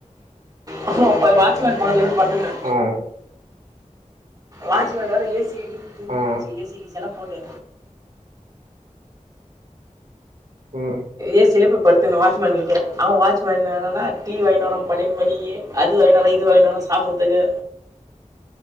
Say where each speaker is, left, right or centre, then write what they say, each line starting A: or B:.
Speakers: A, on the right; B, on the right.
A: அப்றோ வாட்சமேன் பக்கத்துல போய் படுத்துகுன
B: ம்
A: வாட்மேன் வேற ஏ சி ஜிம் கும்முனு
B: ம்
A: இருந்ச்சு ஏ சி கீ சி எல போட்டு
B: ம்
A: ஏசில போய் படுத்தொன வாட்ச்மேன் கிட்ட அவ வாட்ச்மேன் என்னாடான டி வாங்கிட்டு வரா பன்னெண்டு மணிக்கி அது வாங்கினு வரா இது வாங்கினு வரா சாப்பறதுக்கு